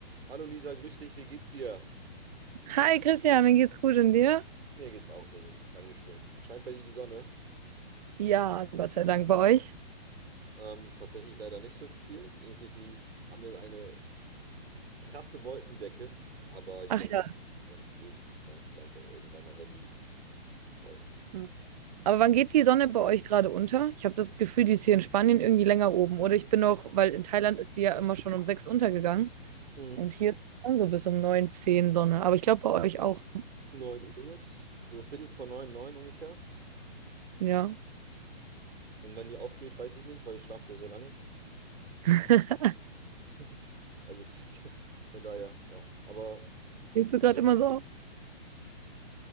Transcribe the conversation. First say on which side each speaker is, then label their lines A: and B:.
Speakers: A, on the right (about 85°); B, on the right (about 40°).
A: Hallo Lisa, grüß dich, wie geht's dir?
B: Hi Christian, mir geht's gut und dir?
A: Mir geht's auch sehr, sehr gut, Dankeschön. Scheint bei dir die Sonne?
B: Ja, Gott sei Dank bei euch.
A: Ähm, tatsächlich leider nicht so viel. Irgendwie ist die, haben wir eine krasse Wolkendecke, aber ich
B: Ach
A: denke,
B: ja.
A: das löst sich dann vielleicht auch irgendwann mal, wenn die wollen.
B: Hm. Aber wann geht die Sonne bei euch gerade unter? Ich habe das Gefühl, die ist hier in Spanien irgendwie länger oben. Oder ich bin noch, weil in Thailand ist die ja immer schon um sechs untergegangen.
A: Mhm.
B: Und hier ist dann so bis um neun, zehn Sonne. Aber ich glaube bei euch auch.
A: 9 Uhr jetzt, so Viertel vor neun, neun ungefähr.
B: Ja.
A: Und wenn die aufgeht, weiß ich nicht, weil ich schlafe sehr, sehr lange.
B: <laughs>
A: <laughs> Also von von daher, ja. Aber,
B: Stehst du gerade
A: also,
B: immer so auf?